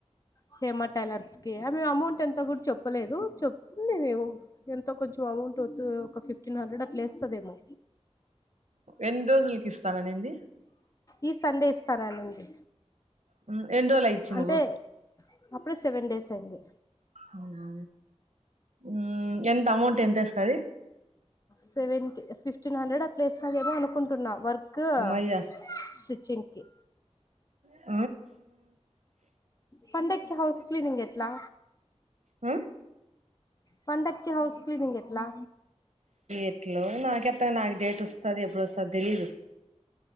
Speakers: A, on the left (about 30°); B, on the right (about 75°).
A: హేమ టైలర్స్ కి మేము అమౌంట్ ఎంత కూడా చెప్పలేదు చెప్తుందిఏమో ఎంతో కొంచెం అమౌంట్ ఒక ఫిఫ్టీన్ హండ్రెడ్ అట్లా ఏస్తదేమో
B: ఎన్ని రోజులకి ఇస్తాన నంది
A: ఈ సండే ఇస్తాననింది
B: హు ఏండ్రోలాయే ఇచ్చి
A: అంటే
B: నువ్వు
A: అప్పుడే సెవెన్ డేస్ అయింది
B: అవునా హు ఎంత అమౌంట్ ఎంత ఏస్తది
A: సెవె ఫిఫ్టీన్ హండ్రెడ్ అట్లా ఇస్తాదేమో అనుకుంటున్నా వర్క్ ర్క్
B: మయ్యా
A: స్టిచ్చింగ్ కి
B: అ
A: పండక్కి హౌస్ క్లీనింగ్ ఎట్లా
B: ఊ
A: పండక్కి హౌస్ క్లీనింగ్ ఎట్లా
B: ఎట్లో నాకెట్ట నాకు డేట్ ఎప్పుడు వస్తాది ఎప్పుడు వస్తా తెలిదు